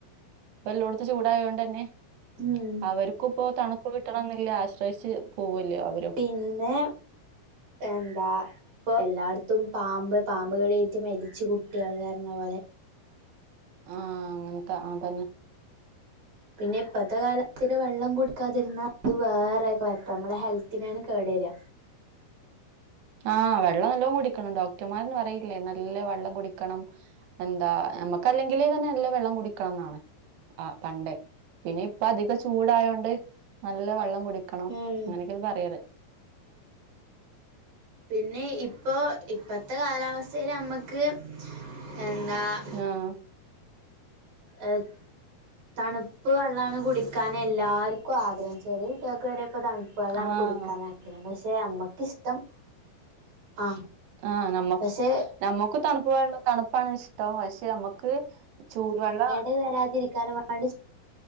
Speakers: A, on the right (about 75°); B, on the right (about 40°).
A: ഇപ്പൊ എല്ലായിടത്തും ചൂടായത് കൊണ്ട് തന്നെ-
B: ഉം
A: അവർക്കും ഇപ്പോ തണുപ്പ് കിട്ടണം എന്നില്ല ആശ്രയിച്ച് പോവല്ലോ അവരും
B: പിന്നെ എന്താ - ഇപ്പം എല്ലായിടത്തും പാമ്പ് പാമ്പ് കടിയേറ്റ മരിച്ച കുട്ടികള് തന്നെ <unintelligible>
A: ആഹ് അങ്ങനത്തെ അത് തന്നെ
B: പിന്നെ ഇപ്പഴത്തെ കാലത്തില് വെള്ളം കുടിക്കാതിരുന്ന അത് വേറെ കൊഴപ്പ നമ്മളെ ഹെൽത്തിനാണ് കേട് വരിക
A: ആഹ് വെള്ളം നല്ലോണം കുടിക്കണം ഡോക്ടർമാര് തന്നെ പറയില്ലേ നല്ല വെള്ളം കുടിക്കണം എന്താ നമ്മുക്ക് അല്ലെങ്കില് തന്നെ നല്ല വെള്ളം കുടിക്കണം എന്നാണ് ആ പണ്ടേ പിന്നെ ഇപ്പ അധികം ചൂടായയോണ്ട് നല്ല വെള്ളം കുടി- എടുക്കണം
B: ഉം
A: അങ്ങനെയൊക്കെ ഇത് പറയാറ്
B: പിന്നെ ഇപ്പോ ഇപ്പത്തെ കാലാവസ്ഥയേല് നമ്മുക്ക് എന്താ-
A: ആഹ്
B: എ തണുപ്പ് വെള്ളമാണ് കുടിക്കാൻ എല്ലാർക്കും ആഗ്രഹം ചെറിയ കുട്ടികൾക്ക് വരെ ഇപ്പൊ തണു വെള്ളം ആണ്
A: ആഹ്
B: കുടിക്കാൻ ആഗ്രഹം പക്ഷെ നമ്മുക്ക് ഇഷ്ട്ടം - ആ
A: ആഹ്
B: പക്ഷെ -
A: നമ്മക്ക് തണുപ്പ് വേണം തണുപ്പാണ് ഇഷ്ട്ടം പക്ഷെ നമ്മുക്ക് ചൂടുവെള്ളം-
B: ഇത് വരാതിരിക്ക് - ക <unintelligible>